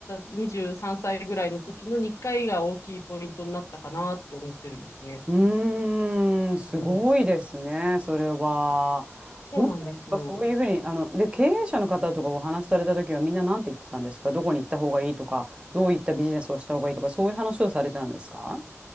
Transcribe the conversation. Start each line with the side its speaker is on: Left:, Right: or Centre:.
Left: 23歳ぐらいの時の2回が大きいポイントになったかなって思ってるんですね。
Right: うーん、
Left: うんうん。
Right: すごいですね、それは。
Left: そうなんですよ。
Right: 本当になんかそういうふうに、あの、で、経営者の方とかお話しされた時はみんな何て言ってたんですかどこに行った方がいいとか、どういったビジネスをした方がいいとか、そういう話をされてたんですか